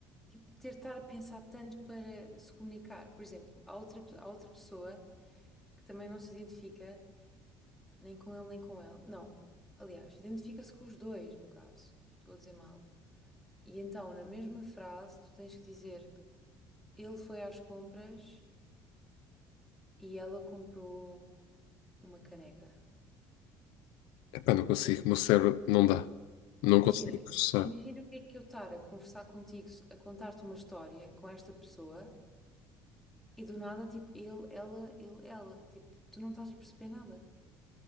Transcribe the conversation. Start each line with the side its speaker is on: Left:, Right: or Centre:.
Centre: tipo, ter de estar a pensar tanto para se comunicar. Por exemplo, há outra, pe- há outra pessoa que também não se identifica nem com ele nem com ela. Não, aliás, identifica-se com os dois, no caso. Estou a dizer mal. E então, na mesma frase, tu tens que dizer: ele foi às compras e ela comprou uma caneca.
Left: Epá, não consigo, o meu cérebro não dá. Não
Centre: Imagina,
Left: consigo processar.
Centre: imagina o que é que eu estar a conversar contigo, a contar-te uma história com esta pessoa e do nada, tipo, ele, ela, ele, ela. Tipo, tu não estás a perceber nada.